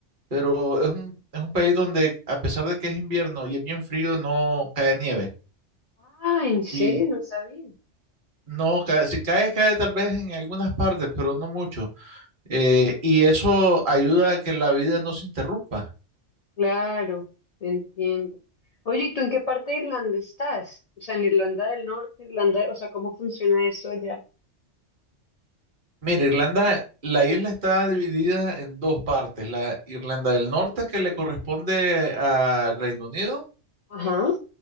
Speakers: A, on the right (about 45°); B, on the left (about 65°).
A: Pero es un, es un país donde, a pesar de que es invierno y es bien frío, no cae nieve.
B: Ah, ¿en serio?
A: Y
B: No sabía.
A: no cae, si cae, cae tal vez en algunas partes, pero no mucho. Eh, y eso ayuda a que la vida no se interrumpa.
B: Claro, entiendo. Oye, ¿y tú en qué parte de Irlanda estás? O sea, en Irlanda del Norte, Irlanda, o sea, ¿cómo funciona eso allá?
A: Mira, Irlanda, la isla está dividida en dos partes. La Irlanda del Norte, que le corresponde a Reino Unido,
B: ajá,